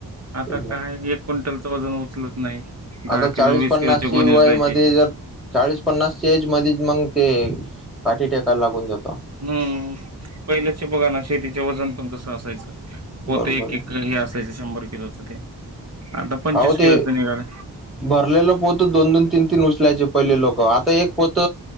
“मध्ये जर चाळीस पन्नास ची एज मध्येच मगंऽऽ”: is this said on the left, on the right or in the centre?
Centre